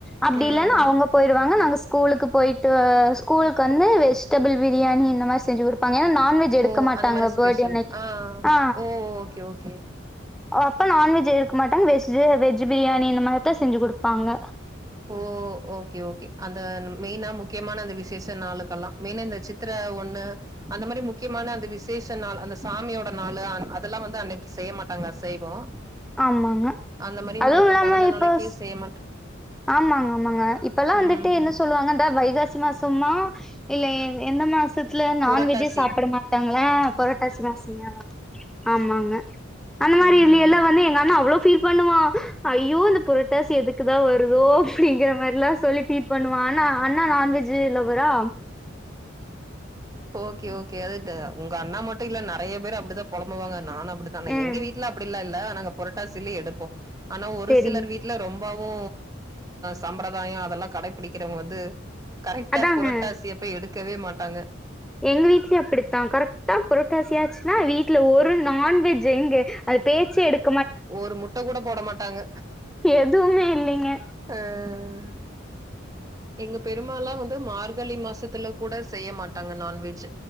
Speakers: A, in the centre; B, on the right (about 20°).
A: அப்டில்லனா
B: ம்
A: அவங்க போயிருவாங்க நாங்க ஸ்கூலுக்கு போயிட்டு ஸ்கூலுக்கு வந்து வெஜ்டெபிள் பிரியாணி இந்த மாரி செஞ்சு கொடுபாங் ஏன்னா நான்வெஜ் எடுக்க
B: ஓ
A: மாட்டாங்க
B: அந்த மாரி
A: பர்த்டே
B: ஸ்பெஷல்
A: அன்னைக்கு
B: ஆ
A: ஆ
B: ஓ ஓகே ஓகே
A: அப்போ நான்வஜ் எடுக்க மாட்டாங்க வெஜ் வெஜ் பிரியாணி இந்த மாதிரிதா செஞ்சு கொடுப் பாங்க
B: ஓ ஓகே ஓகே அந்த மெயினா முக்கியமான அந்த விசேஷ நாளுக்கெல்லா மெயின் இந்த சித்திர ஒண்ணு அந்த மாதிரி முக்கியமான அந்த விசேஷ நாள் அந்த சாமியோட நாள் அதெல்லாம் வந்து அன்னைக்கு செய்ய மாட்டாங்களா அசைவம்
A: ஆமாங்க
B: அந்த மாதிரி உங்களுக்கு
A: அதுவு இல்லாம
B: பொறந்த
A: இப்போ
B: நாளைக்கே செய்ய மாட்டாங்க
A: ஆமாங்க ஆமாங்க இப்ப எல்லாம்
B: ம்
A: வந்துட்டு என்ன சொல்லுவாங்க இந்த வைகாசி மாசமா இல்ல எந்த மாசத்து வல நான்
B: புரட்டாசி
A: வெஜ்ஜே சாப்பிட மாட்டாங்களா புரட்டாசி மாச மா ஆமாங்க அந்த மாதிரி
B: ம்
A: இல்ல எல்ல வந்து எங்க மா அவ்வளோ ஃபீல் பண்ணுவா ஐயோ இந்த புரட்டாசி எதுக்குதா வரு தோ அப்படிங்கிற மாதிரா சொல்லி பஃபீல் பண்ணுவா ஆனா அண்ணா நான்வெஜ் ஜி லவ்வரா
B: ஓ ஓகே ஓகே அது இந்த உங்க அண்ணா மட்டும் இல்ல நறைய பேரு அப்புடிதா பொலம்புவாங்க அன் நானு அப்புடித்தா னா
A: ம்
B: எங்க வீட்ல அப்புடில்லா இல்ல நாங்க புரட்டாசியிலயே எடுப்போ ஆனா ஒரு
A: சேரிங்க
B: சிலர் வீட்டுல ரொம் இப்போவு சம்பிரதாயோ அதெல்லா கடைபிடிக்கிறவங்க வந்து கரெக்டா
A: அதாங்க
B: புரட்டாசியப் எடுக்கவே மாட்டாங்க
A: எங்க வீட்லயே அப்படித்தா கரெக்டா புரோட்டாசியாச்சுன்னா வீட்டுல ஒரு நான்வெஜ் எங்க அது பேச்சு எடுக்
B: ஒரு முட்ட கூட போட மாட்டாங்க
A: எதுவுமே இல்லைங்க
B: அஹ் எங்க பெரும்மாலா வந்து மார்கழி மாசத்துல கூட செய்ய மாட்டாங்க நான்வெஜ்